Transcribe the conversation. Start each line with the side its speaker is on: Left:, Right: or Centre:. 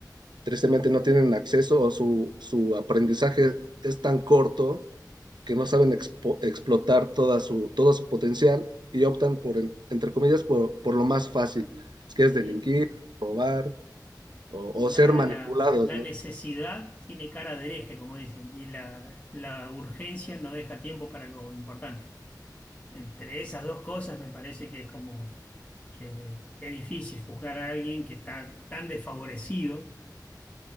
Right: tristemente no tienen acceso o su, su aprendizaje es tan corto que no saben expo- explotar toda su, todo su potencial y optan por, en- entre comillas, por, por lo más fácil, que es
Left: eh,
Right: delinquir, robar o,
Left: la,
Right: o ser manipulados,
Left: la- la
Right: ¿no?
Left: necesidad tiene cara de hereje, como dicen, y la, la urgencia no deja tiempo para lo importante. Entre esas dos cosas me parece que es como que es difícil juzgar a alguien que está tan desfavorecido